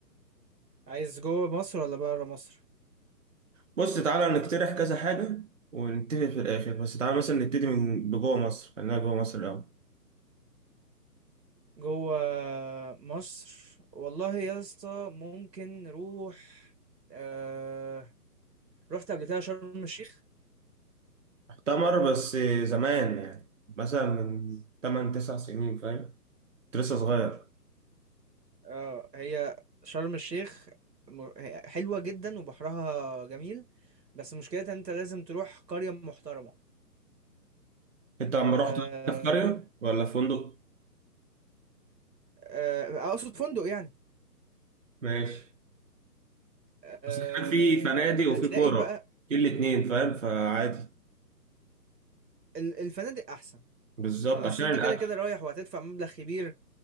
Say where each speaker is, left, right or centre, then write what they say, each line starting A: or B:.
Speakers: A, on the right; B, on the right.
A: عايز جوه مصر ولا بره مصر
B: بص تعالى نقترح كذا حاجة ونتفق في الآخر بس تعالى مثلا نبتدي من بجوه مصر خلينا جوه مصر الأول
A: جوه مصر والله يا اسطى ممكن نروح آه... رحت قبل كده شرم الشيخ
B: مؤتمر بس زمان يعني مثلا من 8 9 سنين فاهم كنت لسه صغير
A: اه هي شرم الشيخ م- هي حلوة جدا وبحرها جميل بس مشكلتها انت لازم تروح قرية محترمة
B: انت عم
A: آه...
B: رحت في قرية ولا في فندق
A: آه... اقصد فندق يعني
B: ماشي
A: آه...
B: بس كان في فنادق
A: هتلاقي
B: وفي كوره
A: بقى
B: في الاتنين فاهم فعادي
A: ال- الفنادق احسن
B: بالظبط
A: ف- اصل
B: عشان
A: انت
B: الاكل
A: كده كده رايح وهتدفع مبلغ كبير